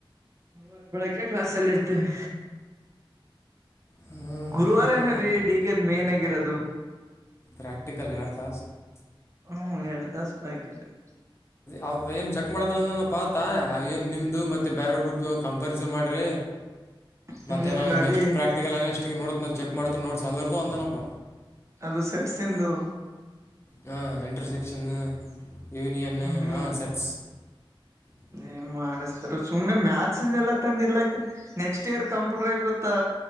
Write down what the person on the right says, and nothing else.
ಅವರ ಬೆಳಗ್ಗೆ ಕ್ಲಾಸಲ್ಲಿ ಇರ್ತೀವಿ
ಗುರುವಾರ
ಏನರೀ ಡಿ ಕೆ ಮೇನ್ ಆಗಿರೋದು
ಹ್ಮ ಎರಡುತಾಸ ಪ್ರಟಿಕಲ್
ಹ್ಮ್
ಅದೇ
ಅದು ಸೆಟ್ಸನ್ದು
ಹ್ಮ್ ಹ್ಮ್
ಏನ್ ಮಾಡಿಸ್ತಾರ ಸುಮ್ನೆ ಮ್ಯಾಥ್ಸಂದ ಎಲ್ಲಾ ತಂದ ಇಲ್ಲ ಆಗ್ತ ನೆಕ್ಸ್ಟ್ ಇಯರ್ ಕಂಪ್ಯೂಟರ್ ಐತ್ ಗೊತ್ತಾ